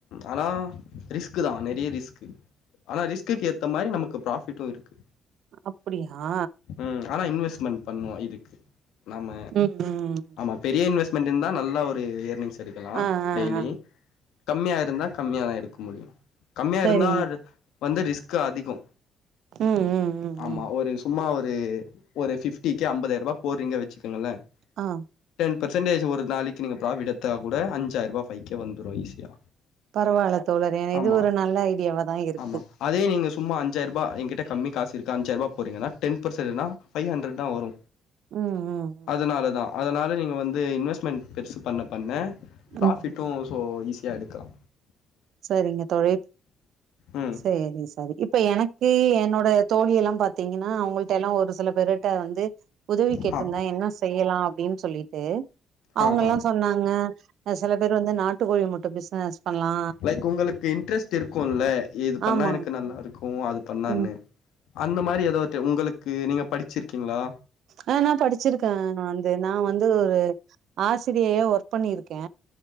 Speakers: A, on the left; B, on the right.
A: அனா ரிஸ்க் தா. நெறைய ரிஸ்க். ஆனா ரிஸ்குக்கு ஏத்த மாரி நமக்கு ப்ராஃபி ஃபிட்டு இருக்கு
B: அப்டியா
A: ம் ஆனா இன்வெஸ்ட்மென்ட் பண்ணுவோ இதுக்கு நம்ம
B: ம் ம்
A: ஆமா பெரிய இன்வெஸ்மென்டுனா நல்லா ஒரு இயர்னிங்ஸ் எடுக்கலா
B: ஆ ஆ
A: டெய்லி
B: ஆ
A: கம்மியா இருந்தா கம்மியா தா எடுக்க முடியு கம்மியா
B: சரிங்க
A: இருந்தா வந்து ரிஸ்கு அதிகோ
B: ம் ம் ம்
A: ஆமா
B: ம்
A: ஒரு சும்மா ஒரு ஒரு ஃபிஃப்டி கே அம்பதாயிருபா போட்றீங்க வெச்சுக்கங்கல
B: ஆ
A: டென் பர்சன்டேஜ் ஒரு நாளைக்கு நீங்க ப்ராஃபிட் எடுத்தாகூட அஞ்சாயிருபா ஃபைவ் கே வந்துரு ஈஸியா
B: பரவால்ல தோழரே இது
A: ஆமா,
B: ஒரு நல்ல ஐடியாவதா இருக்குது
A: ஆமா. அதே நீங்க சும்மா அஞ்சாயிருபா எ கிட் ட கம்மி காசு இருக்கு அஞ்சாய்ருவா போட்றிங்கனா டென் பர்சன்டுனா ஃபைவ் ஹண்ட்ரட்தா வரு
B: ம் ம் ம்
A: அதனால தா அதனால நீங்க வந்து இன்வெஸ்மெண்ட் பெருசு பண்ண பண்ண ப்ராஃபிட்
B: ம் ம்
A: டு சோ ஈஸியா எடுக்கலா
B: சரிங்க தோழே
A: ம்
B: சேரி சரி இப்ப எனக் கு என்னோட தோழி எல்லா பாத்தீங்கன்னா அவுங்குள்டலா ஒரு சில வெரட்டா வந்து உதவி கேட்ருந்தா
A: ஹா
B: என்ன செய்யலா அப்டின் சொல்லிட்டு
A: ஹா
B: அவுங்கல்லா
A: ஹா
B: சொன்னாங்க சில பேர் வந்து நாட்டு கோழி முட்ட பிஸ்னஸ் பண்லா
A: லைக் உங்களுக்கு இன்ட்ரெஸ்ட் இருக்குல்ல இது பண்ணா
B: ஆமா
A: எனக்கு நல்லாருக்கு அது பண்ணான்னு
B: ம்
A: அந்த மாரி எதாது உங்களுக்கு நீங்க படிச்சுருக்கிங்ளா
B: ஆ நா படிச்சுருக்க ந வந்து நா வந்து ஒரு ஆசிரியையா ஒர்க் பண்ணிருக்கே